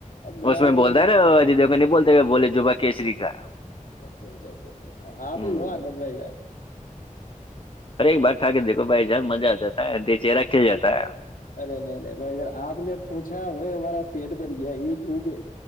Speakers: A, on the left; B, on the left.
A: اب دنا
B: اس
A: بائی میں
B: بولتا ہے نا اجے دیو کا نہیں بولتے بولے جبا کیسری کا
A: اچھا اچھا اچھا
B: ہوں
A: آپ ہی لو آدن بائی جان
B: ار ایک باگ کھ کے دیکھو بھائی ج مزہ آ جتا ہے د چہرہ کھل جاتا ہے
A: ارے نہیں نہیںے بھائیار آپ نے پوچھا وہ ہمارا پیٹ بھر گیا یہ خوب